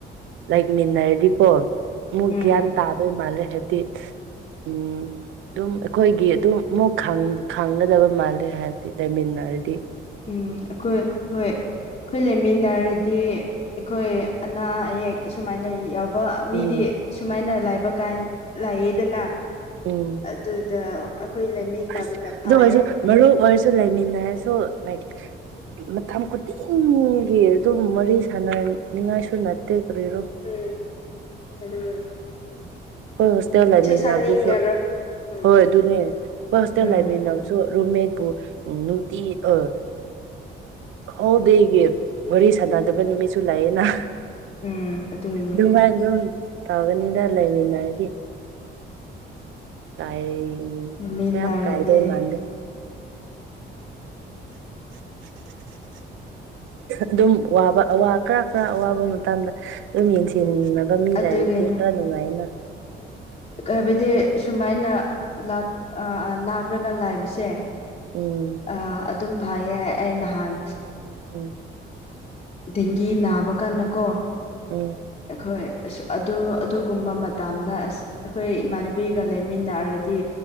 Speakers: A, on the right; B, on the left.
A: ꯂꯩꯃꯤꯟꯅꯔꯗꯤꯀꯣ ꯑꯃꯨꯛ
B: ꯎꯝ
A: ꯒ꯭ꯌꯥꯟ ꯇꯥꯗꯣꯏ ꯃꯥꯜꯂꯦ ꯍꯥꯏꯕꯗꯤ ꯎꯝ ꯑꯗꯨꯝ ꯑꯈꯣꯏꯒꯤ ꯑꯗꯨꯝ ꯑꯃꯨꯛ ꯈꯥꯡꯒꯗꯕ ꯃꯥꯜꯂꯦ ꯍꯥꯏꯕ ꯂꯩꯃꯤꯟꯅꯔꯗꯤ
B: ꯎꯝ ꯑꯈꯣꯏ ꯍꯣꯏ ꯑꯈꯣꯏ ꯂꯩꯃꯤꯟꯅꯔꯗꯤ ꯑꯈꯣꯏ ꯑꯅꯥ ꯑꯌꯦꯛ ꯑꯁꯨꯃꯥꯏꯅ ꯌꯥꯎ ꯃꯤꯗꯤ
A: ꯎꯝ
B: ꯁꯨꯃꯥꯏꯅ ꯂꯥꯏꯕ ꯀꯥꯏ ꯂꯥꯏꯌꯦꯗꯅ
A: ꯎꯝ
B: ꯑꯗꯨꯗ ꯑꯩꯈꯣꯏ ꯂꯩꯃꯤꯟꯅꯕꯅ
A: ꯑꯁ
B: ꯐꯥꯏꯌꯦ
A: ꯑꯗꯨ ꯑꯣꯏꯁꯨ ꯃꯔꯨꯞ ꯑꯣꯏꯔꯁꯨ ꯁꯨ ꯂꯩꯃꯤꯟꯅꯔꯦꯁꯨ ꯂꯥꯏꯛ ꯃꯇꯝ ꯈꯨꯗꯤꯡꯒꯤ ꯑꯗꯨꯝ ꯋꯥꯔꯤ ꯁꯥꯟꯅꯅꯤꯡꯉꯥꯏꯁꯨ ꯅꯠꯇꯦ ꯀꯔꯤꯔꯣ
B: ꯎꯝ ꯑꯗꯨꯅꯤ
A: ꯑꯈꯣꯏ ꯍꯣꯁꯇꯦꯜ ꯂꯩꯃꯤꯟꯅꯕꯗꯨꯁꯨ
B: ꯁꯥꯅꯤꯡꯉꯔꯣꯏ ꯎꯝ
A: ꯍꯣꯏ ꯑꯗꯨꯅꯦ ꯑꯈꯣꯏ ꯍꯣꯁꯇꯦꯜ
B: ꯎꯝ
A: ꯂꯩꯃꯤꯟꯅꯕꯁꯨ ꯔꯨꯝꯃꯦꯠꯄ ꯅꯨꯡꯇꯤ ꯑꯥ ꯑꯣꯜꯗꯦꯒꯤ ꯋꯥꯔꯤ ꯁꯥꯟꯅꯗꯕ ꯅꯨꯃꯤꯠꯁꯨ ꯂꯩꯑꯦꯅ
B: ꯎꯝ ꯑꯗꯨꯒꯤꯅꯤ
A: ꯗꯨꯃꯥꯏ ꯗꯨꯝ ꯇꯧꯒꯅꯤꯅ ꯂꯩꯃꯤꯟꯅꯔꯗꯤ ꯇꯥꯏꯌꯦ
B: ꯂꯩꯃꯤꯟꯅꯔꯗꯤ
A: ꯀꯩꯝ ꯀꯥꯏꯗ ꯃꯥꯟꯗꯦ <inaudible> ꯑꯗꯨꯝ ꯋꯥꯕ ꯋꯥ ꯈꯔ ꯈꯔ ꯑꯋꯥꯕ ꯃꯇꯝꯗ ꯑꯗꯨꯝ ꯌꯦꯡꯁꯤꯂ ꯕ ꯃꯤ
B: ꯑꯗꯨꯒꯤꯅꯤ
A: ꯂꯩꯔꯗꯤ ꯈꯔ ꯅꯨꯡꯉꯥꯏꯅ
B: ꯀꯩ ꯍꯥꯏꯕꯗꯤ ꯁꯨꯃꯥꯏꯅ ꯂꯥꯛ ꯑ ꯅꯥꯛꯔꯒ ꯂꯥꯏꯕꯁꯦ
A: ꯎꯝ
B: ꯑ ꯑꯗꯨꯝ ꯐꯩꯌꯦ ꯑꯩ ꯅꯍꯥꯟ
A: ꯎꯝ
B: ꯗꯦꯡꯒꯤ ꯅꯥꯕ ꯀꯥꯟꯗꯀꯣ
A: ꯎꯝ
B: ꯑꯩꯈꯣꯏ ꯑꯁ ꯑꯗꯨ ꯑꯗꯨꯒꯨꯝꯕ ꯃꯇꯝꯗ ꯑꯁ ꯑꯩꯈꯣꯏ ꯏꯃꯥꯟꯅꯕꯤꯒ ꯂꯩꯃꯤꯟꯅꯔꯗꯤ